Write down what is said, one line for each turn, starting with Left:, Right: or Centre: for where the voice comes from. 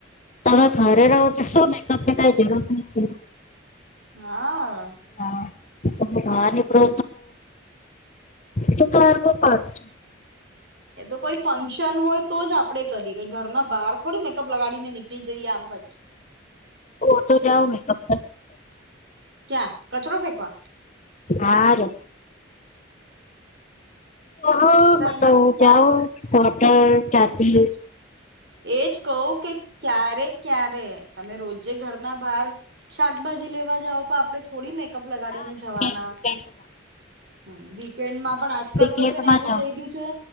Left: તમે ઘરે રહો છો શું મેકઅપની કઈ જરૂરત નથી
Right: હા
Left: હા બારનીક્ડો તો તોર પડચ
Right: એ તો કોઈ ફંક્શન હોય તો જ આપડે કરીએ ઘરના બહાર થોડી મેકઅપ લગાડીને નીકળી જઈએ આમ જ
Left: ઓ તો જાઓ મેકઅપ
Right: ક્યાં કચરો ફેંકવા
Left: હા રે હ
Right: ફ્રેન્ડના
Left: માતો જાઓ ત્યા ચાપલી
Right: એજ કહું કે ક્યારે ક્યારે તમે રોજે ઘરના બહાર શાકભાજી લેવા જાાવ તો આપડે થોડી મેક મેકઅપ લગાડીને
Left: ના વીકેન્ડ
Right: જવાના
Left: વીકેન્ડમાં
Right: હુ વીકેન્ડમાં પણ આજકાલ
Left: વીકેન્ડમાં
Right: તો છે ને એવું
Left: જાઉં
Right: થઈ ગયું છે